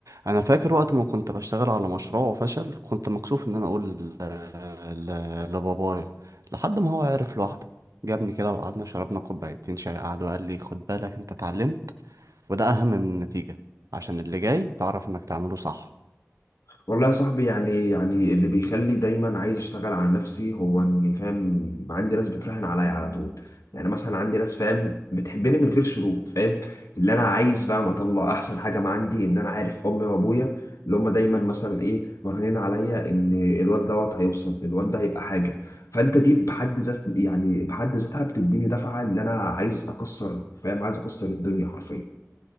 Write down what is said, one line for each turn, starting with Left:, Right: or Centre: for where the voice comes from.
Right: أنا فاكر وقت ما كنت بشتغل على مشروع وفشل كنت مكسوف إن أنا أقول ل- ل- لبابايا لحد ما هو عرف لوحده جابني كده وقعدنا شربنا كوبايتين شاي قعد وقال لي خد بالك أنت اتعلمت وده أهم من النتيجة عشان اللي جاي تعرف إنك تعمله صح
Left: والله يا صاحبي يعني يعني اللي بيخلي دايما عايز اشتغل على نفسي هو اني فاهم عندي ناس بتراهن عليا على طول يعني مثلا عندي ناس فاهم بتحبني من غير شروط فاهم اللي انا عايز فاهم اطلع احسن حاجه ما عندي ان انا عارف امي وابويا اللي هم دايما مثلا ايه مرهنين عليا ان الواد دوت هيوصل الواد ده هيبقى حاجه فانت دي بحد ذات يعني بحد ذاتها بتديني دفعه ان انا عايز اكسر فاهم عايز اكسر الدنيا حرفيا